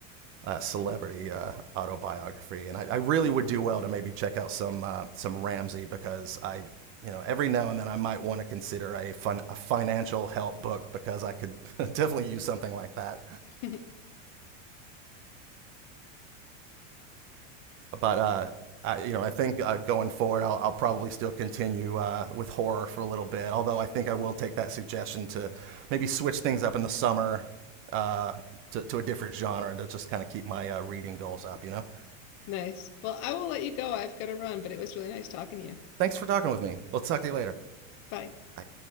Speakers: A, on the right; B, on the left.
A: uh, celebrity uh, autobiography and I, I, really would do well to maybe check out some uh, some ramsey because i you know every now and then i might want to consider a fun a financial help book because i could <laughs> definitely use something like that
B: <laughs>
A: but uh, I, you know, I think uh, going forward, I'll, I'll probably still continue uh, with horror for a little bit. Although I think I will take that suggestion to maybe switch things up in the summer uh, to to a different genre to just kind of keep my uh, reading goals up. You know.
B: Nice. Well, I will let you go. I've got to run, but it was really nice talking to you.
A: Thanks for talking with me. We'll talk to you later.
B: Bye.
A: Bye.